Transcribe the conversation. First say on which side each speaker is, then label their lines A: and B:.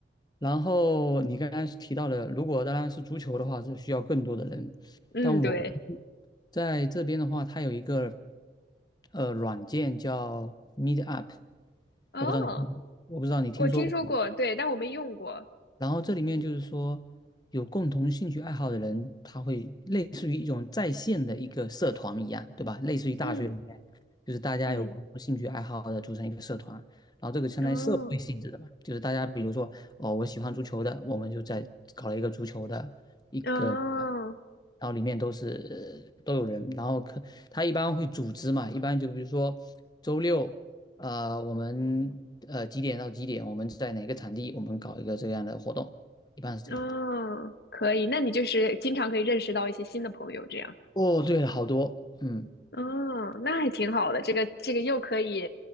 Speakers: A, on the left (about 25°); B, on the left (about 60°).
A: 然后你刚刚提到的，如果当然是足球的话，是需要更多的人。
B: 嗯，
A: 但我们
B: 对，
A: 在这边的话，它有一个呃软件叫 Meetup，
B: 哦，
A: 我不知道你听，我不知道你听说过没？
B: 我听说过，对，但我没用过，
A: 然后这里面就是说，有共同兴趣爱好的人，他会类似于一种在线的一个社团一样，对吧？类似于大学里面，
B: 嗯
A: 就是大家有共同兴趣爱好的组成一个社团，
B: 嗯，
A: 然后这个相当于社会性质的嘛，
B: 哦。
A: 就是大家比如说，哦，我喜欢足球的，我们就在搞了一个足球的一个。
B: 哦
A: 然后里面都是呃都有人，然后可他一般会组织嘛，一般就比如说周六。呃，我们呃几点到几点？我们在哪个场地？我们搞一个这样的活动，一般是这样的。
B: 哦，可以，那你就是经常可以认识到一些新的朋友，这样，
A: 哦，对了，好多，嗯，
B: 哦，那还挺好的。这个这个又可以